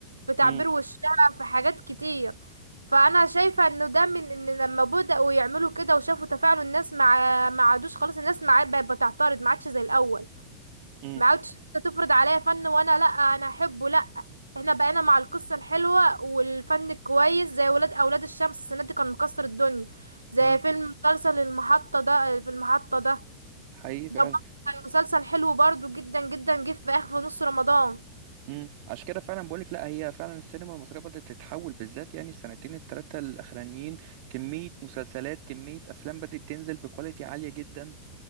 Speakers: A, on the right; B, on the right.
A: في تعبير
B: امم
A: وشها في حاجات كتير فانا شايفه انه ده من ان لما بداوا يعملوا كده وشافوا تفاعل الناس مع ما عادوش خلاص الناس مع بقت بتعترض ما عادش زي الاول
B: امم
A: ما عادش انت تفرض عليا فن وانا لا انا احبه لا احنا بقينا مع القصه الحلوه والفن الكويس زي ولاد اولاد الشمس السنه دي كان مكسر الدنيا زي
B: امم
A: فيلم مسلسل المحطه ده في المحطه ده
B: حقيقي فعلا
A: ده برضه كان مسلسل حلو برضه جدا جدا جه في اخر في نص رمضان
B: امم عشان كده فعلا بقولك لا هي فعلا السينما المصريه بدات تتحول بالذات يعني السنتين الثلاثه الاخرانيين كميه مسلسلات كميه افلام بدات تنزل بكواليتي عاليه جدا